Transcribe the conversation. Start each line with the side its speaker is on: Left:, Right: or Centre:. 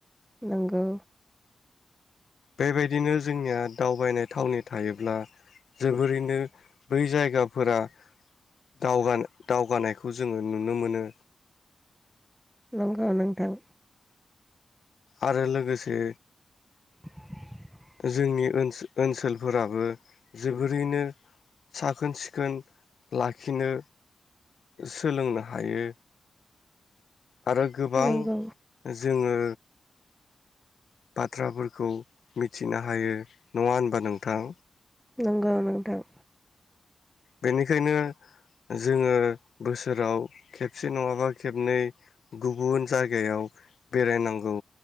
Centre: नंगौ।
Left: बेबायदिनो जोंनिया दावबायनाय थावनि थायोब्ला जोबोरैनो बै जायगाफोरा दाव-दावगानायखौ जोङो नुनो मोनो।
Centre: नंगौ नोंथां।
Left: आरो लोगोसे
Centre: <inaudible>
Left: जोंनि ओनसोल ओनसोलफोराबो जोबोरैनो साखोन सिखोन लाखिनो सोलोंनो हायो। आरो गोबां
Centre: नंगौ
Left: जोङो बाथ्राफोरखौ मिथिनो हायो। नङा होनबा नोंथां।
Centre: नंगौ नोंथां।
Left: बेनिखायनो जोङो बोसोराव खेबसे नङाबा खेबनै गुबुन जायगायाव बेरायनांगौ